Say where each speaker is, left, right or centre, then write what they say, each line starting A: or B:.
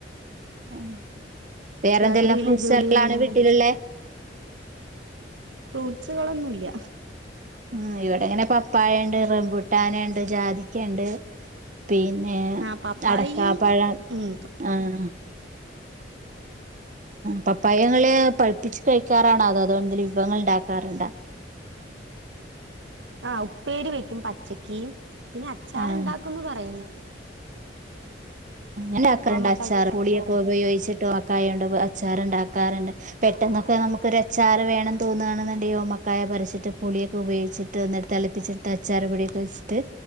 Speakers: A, on the right; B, on the right.
A: അ വേറെ
B: രാത്രിയിലെ
A: എന്തെല്ലാം ഫ്രൂട്ട്സ്ല്ലാംണ്
B: ജോലികളെല്ലാം
A: വീട്ടിലുള്ള
B: കഴിഞ്ഞോ ഫ്രൂട്ട്സുകളൊന്നുംല്ല
A: ഉം ഇവിടെ ഇങ്ങനെ പപ്പായുണ്ട് റബുട്ടാനുണ്ട് ജാതിക്കുണ്ട് പിന്നെ
B: ആഹ് പപ്പായയും
A: അടക്കാപ്പഴം
B: ഉം
A: ആഹ
B: അ
A: പ പഴങ്ങള് പഠിപ്പിച്ച് കഴിക്കാറാണോ അതോ അതുകോണ്ടെങ്കലും വിഭവങ്ങൾ ഉണ്ടാക്കാറുണ്ടാ
B: <unintelligible> ആ ഉപ്പേരി വെക്കും പച്ചക്കും പിന്നെ അച്ചാറുണ്ടാക്കുംന്ന്
A: ആഹ്
B: പറയുന്നു
A: ആ്ഞാക്കക്കറുണ്ട്
B: ഓമക്കായ
A: അച്ചാർ പ
B: അച്ചാറ്
A: പുളിയൊക്കെ ഉപയോഗിച്ചിട്ടും അക്കായണ്ട് അച്ചാറണ്ടാക്ക വക്കാറുണ്ട് പെട്ടെന്നൊക്കെ നമുക്ക് ഒരു എച്ചാ ആറ് വേണംന്ന് തോന്നുകാണ് ഓ മക്കായിട്ട് പുിയൊക്കെ ഉയോഗിട്ട് തിച്ചൊെ